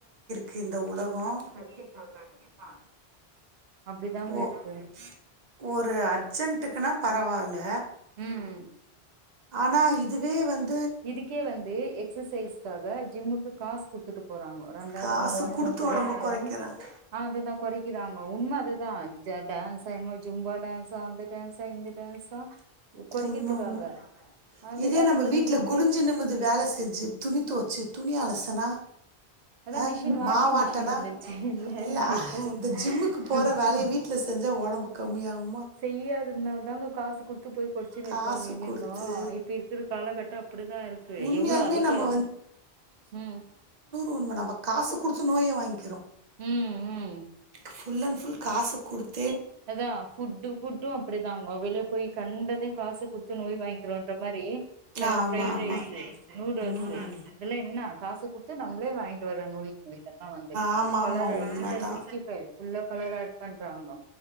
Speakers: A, on the right; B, on the right.
A: கிந்த உலஹோ கண்டிப்பா கண்டிப்பா
B: அப்டிதாங்க
A: ஒ அப்டிதாங்க
B: இருக்கு
A: இருக்கு ஒரு அர்சென்ட் டுக்குனா பரவால்ல
B: ம்ம்
A: ஆனா இதுவே வந்
B: இதுக்கே வந்து எக்ஸசைஸ்க்காக ஜிம்முக்கு காஸ் குத்துட்டு போறாங்ஹோ ரெண்டாயிரோ
A: காசு
B: மூவாயிரோ
A: குடுத்து
B: செலவு
A: ஒடம்ப
B: பண்ணி
A: கொறைக்கிறாங்க.
B: அதுதா கொறக்கிறாங்க உண்ம அதுதா ஜ டேன்ஸ என்மோ ஜும்பா டேன்ஸ் த அந்த டேன்ஸா இந்த டேன்ஸா கொறக்கிற்துக்காக
A: உண்ம, உண்ம.
B: அது
A: இதே
B: அது
A: நம்ம
B: நீங்க
A: வீட்ல
B: வீட்
A: குனிஞ்சு நிமிது வேல செஞ்சு துணி தொவுச்சு துணி அலசனா
B: அதா
A: அஹ்
B: மிஷின் வாஷிங்
A: மாவாட்டனா
B: மிஷின் வந்துருச்சு
A: இல்ல
B: இப்போ
A: இந்த ஜிம்முக்கு போற
B: து
A: வேலய வீட்ல செ செஞ்சா ஒடம்பு கம்மியாவும்
B: செய்யாதத்னால் தாங்க காசு குடுத்து போய் கொற்ச்சினு
A: காசு
B: இருக்காங்க இல்லிங்கோ
A: குடுத்து
B: இப்ப இர்க்குற காலகட்டொ அப்பதா இருக்கு
A: உண்மையாலுமே
B: எவ்ளோ அதுக்கே
A: நம்ம
B: ம்
A: உண்மதாப்பா காசு குடுத்து நோயே வாங்கிறோ
B: ம் ம்
A: ஃபுல் அண் ஃபுல் காசு குடுத்
B: அதா ஃபுட் ஃபுட்டும் அப்படிதாங்க வெளிய போய் கண்டயும் காசு குடுத்து நோய் வாங்கிறோன்ற மாரி
A: ஆமா
B: ஃப்ரைட்
A: ஆமா
B: ரைஸு
A: ம்
B: நூடுல்ஸ்சு இதல்லா என்ன காசு குடுத்து நம் தே வாய்ன்ட்டு வர நோய்ங் எல்லா வந்து
A: ஆமா
B: கலர
A: ஆமா உண்மதா
B: சிக்கன் சிக்ஸ்டி ஃபைவ் ஃபுல்லா கலர் ஆட் பண்றாங்கோ